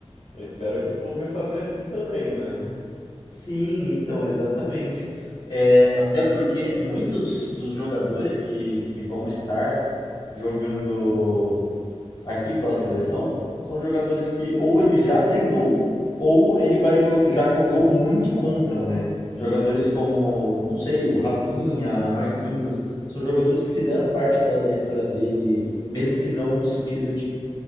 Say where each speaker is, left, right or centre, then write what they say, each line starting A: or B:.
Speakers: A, on the left (about 75°); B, on the left (about 35°).
A: eu espero que ele consiga fazer aqui também, né?
B: Sim, então, exatamente. É, até porque muitos dos jogadores que, que vão estar jogando aqui pela seleção são jogadores que ou ele já treinou ou ele vai, jo- já jogou muito contra, né?
A: Sim,
B: Jogadores como, não sei, o Rafinha, Marquinhos, são jogadores que fizeram parte da, da história dele, mesmo que não no sentido